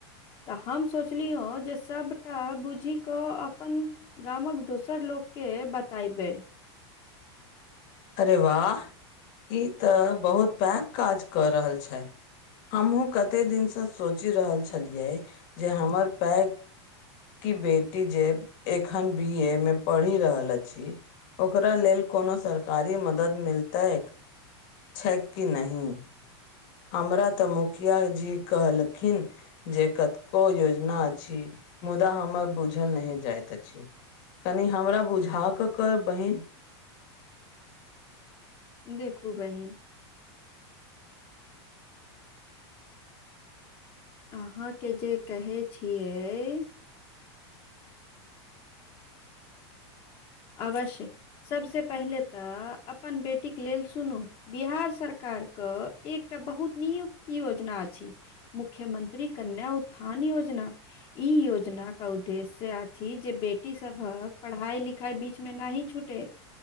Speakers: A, on the left; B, on the left.
A: तऽ हम सोचलिय जे सभटा बुझि कऽ अपन गामक दोसर लोककेँ बतायबै
B: अरे वाह ई तऽ बहुत पैघ काज कऽ रहल छै हमहुँ कते दिनसँ सोचि रहल छलियै जे हमर पैर कि बेटी जे एखन बीए मे पढ़ी रहल अछि ओकरा लेलऽ कोनो सरकारी मदद मिलतै छै कि नहि हमरा तऽ मुखिया जी कहलखिन। जे कतको योजना अछि मुदा हमर। बुझल नहि जाइत अछि कनि हमरा बुझा कऽ कह बहिन
A: देखू बहिन। अहाँकेँ जे कहै छियै आवश्य सभसे पहिले तऽ अपन बेटी के लेल सुनू बिहार सरकार कऽ एकटा बहुत नियुक्त योजना छै मुख्यमंत्री कन्या उत्थान योजना। ई योजना के उद्देश्य अछि जे बेटी सभकेँ पढ़ाई लिखाई लिखाई बीचमे नहि छूटे